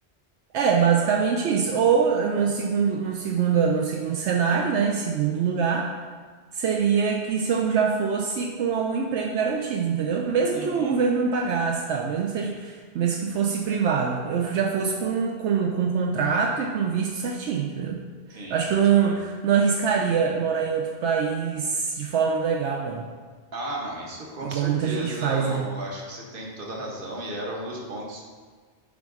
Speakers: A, on the right; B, on the right.
A: é basicamente isso. Ou no segundo, no segundo, no segundo cenário, né, em segundo lugar seria que se eu já fosse com algum emprego garantido, entendeu? Mesmo
B: Uhum.
A: que o governo não pagasse e tal, mesmo que seja, mesmo que fosse privado, eu já fosse com, com, com um contrato e com um visto certinho, entendeu?
B: Sim,
A: Eu acho que
B: pode
A: eu não,
B: crer.
A: não arriscaria morar em outro país de forma ilegal, não.
B: Ah, não, isso com
A: Igual
B: certeza,
A: muita gente faz,
B: eu
A: né?
B: acho que você tem toda a razão e era um dos pontos